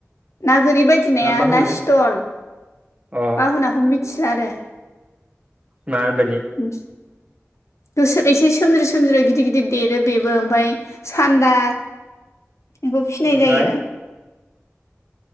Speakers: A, on the left; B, on the right.
A: ना गोरि बदि नाया
B: मा बाहुलै
A: ना स्टल
B: अ
A: बााहनाखौनो मिथिला आरो
B: माबायदि
A: उम गोसो एसे सोमर्जो सोमर्जो गिदिर गिदिर देरो बेबो ओमफ्राय सान्दा बेखौ फिनाय
B: ओमफ्राय
A: जायो।